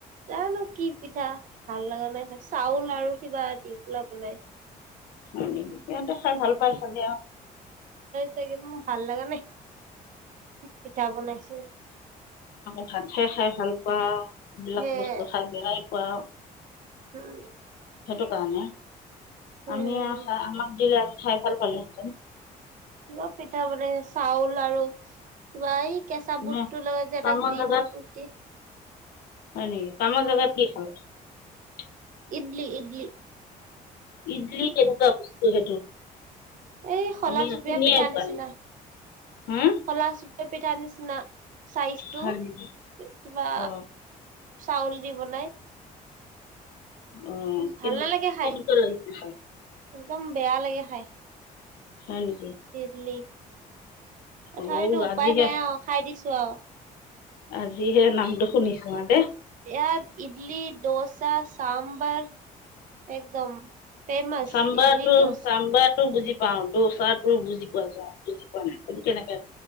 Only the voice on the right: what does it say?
জানো কি পিঠা? ভাল লাগা নাই । চাউল আৰু কিবা এটি। পোলাও বলাইছে।
<unintelligible> ভাল লাগা নাই। কি পিঠা বনাইছে।
সেয়ে
উম।
উম,
কিবা পিঠা বনায়, চাউল আৰু কিবা এই কেঁচা বুটটো
লৈ যে
এটা গ্ৰীণ
কুৰতি।
ইদ্লি - ইদ্লি ।
এই শলা
চুপীয়া
পিঠা
নিচিনা
।
শলা চুপ পিঠা নিচিনা। ছাইজটো
।
কিবা
চাউল দি বনায়।
ভাল
নালাগে খাই।
একদম বেয়া লাগে খাই।
ইদ্লি। তথাপিতো
উপায়
নাই আৰু খাই দিছ কিয়?
ইয়াত ইডলি দৌচা, চাম্বাৰ, একদম। ফেমাচ
ইডলি দোচা